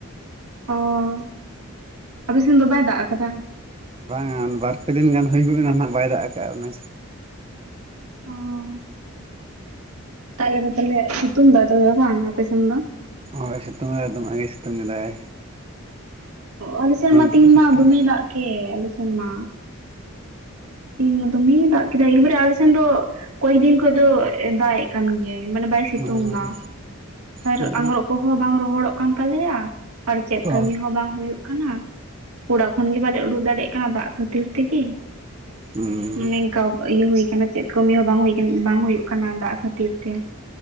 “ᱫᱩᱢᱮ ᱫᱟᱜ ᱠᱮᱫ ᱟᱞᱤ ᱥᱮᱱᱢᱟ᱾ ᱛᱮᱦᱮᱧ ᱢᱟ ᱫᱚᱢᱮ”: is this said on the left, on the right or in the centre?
Right